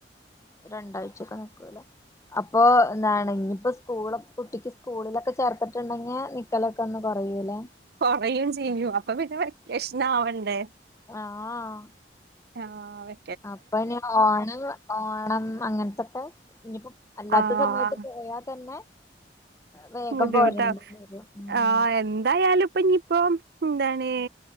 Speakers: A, on the left; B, on the right.
A: ഒര് രണ്ടാഴ്ച്ചൊക്കെ നിക്കുല്ലേ അപ്പോ എന്താണ് ഇനിയിപ്പോ സ്കൂളൊ കുട്ടിക്ക് സ്കൂളിലൊക്കെ ചേർത്തിട്ടുണ്ടെങ്കിൽ നി- ക്കലൊക്കെ ഒന്ന് കുറയൂലേ
B: കൊറയും ചെയ്യും അപ്പൊ പിന്നെ വെക്കേഷൻ ആവണ്ടേ
A: ആഹ്
B: ആഹ് വെ
A: അപ്പൊ ഇനി ഓണം ഓണം അങ്ങൻത്തൊക്കെ ഇനിയിപ്പം അല്ലാത്ത
B: ആഹ്
A: സമയത്ത് പേയാ തന്നെ വേഗം
B: ബുദ്ധിമുട്ടാവും
A: പോരേണ്ടി വരും ഉം
B: ആ എന്തായാലും ഇപ്പൊ ഇനി ഇപ്പം എന്താണ്